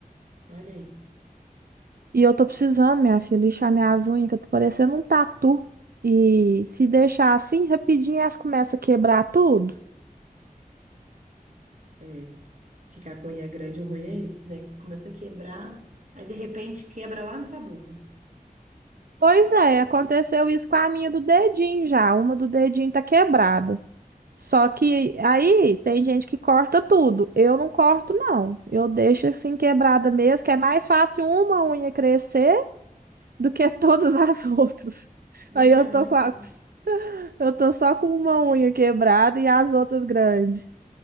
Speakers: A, on the right; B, on the right.
A: Olha aí.
B: E eu tô precisando, minha filha, lixar minhas unhas, que eu tô parecendo um tatu. E se deixar assim, rapidinho elas começam a quebrar tudo.
A: É. Ficar com unha grande, o ruim é isso, né? Começa a quebrar, aí de repente quebra lá no sabugo.
B: Pois é, aconteceu isso com a minha do dedinho já. Uma do dedinho tá quebrada. Só que aí tem gente que corta tudo. Eu não corto, não. Eu deixo assim quebrada mesmo, que é mais fácil uma unha crescer do que todas as <laughs> outras.
A: Do
B: Aí
A: que
B: eu
A: a
B: tô
A: mão inteira.
B: com a- eu tô só com uma unha quebrada e as outras grandes.